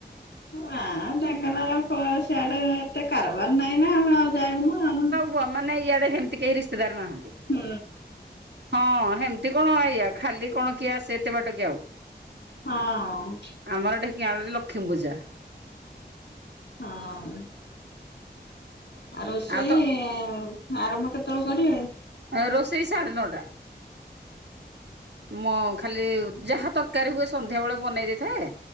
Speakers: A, on the left; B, on the right.
A: ନାଁ ଢେଙ୍କାନାଳ କଁ ସିଆଡେ ଏତେ କାରବାର ନାଇଁ ନା ଆମେ ଆଉ ଯାଇନୁ ଆଉ।
B: ପୁଅ ମାନେ ଇଆଡେ ହେମ୍ତି କେହି ରିସ୍ତେଦାର ନାହାନ୍ତି।
A: ହୁଁ।
B: ହଁ ହେମ୍ତି କଣ ଏଇଆ ଖାଲି କଣ କିଏ ଆସେ ଏତେ ବାଟ କି ଆଉ?
A: ହଁ-ଅ।
B: ଆମର ଢେଙ୍କିଆଳରେ ଲକ୍ଷ୍ମୀପୂଜା।
A: ହଁ-ଅ। ଆ ରୋଷେଇ-ଇ
B: ଆଉ ତ
A: ଆରମ୍ଭ କେତଳୁ କରିବେ?
B: ଏ ରୋଷେଇ ସାଢ଼େ ନଅଟା। ମୋ ଖାଲି ଯାହା ତରକାରୀ ହୁଏ ସନ୍ଧ୍ୟାବେଳେ ବନେଇ ଦେଇଥାଏ।